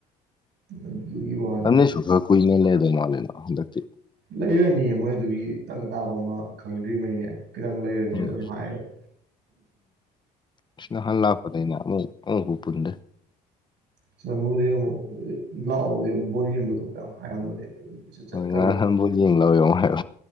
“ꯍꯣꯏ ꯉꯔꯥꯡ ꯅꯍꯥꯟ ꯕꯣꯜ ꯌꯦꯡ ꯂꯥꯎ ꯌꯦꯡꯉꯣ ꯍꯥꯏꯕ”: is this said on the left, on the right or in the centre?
Left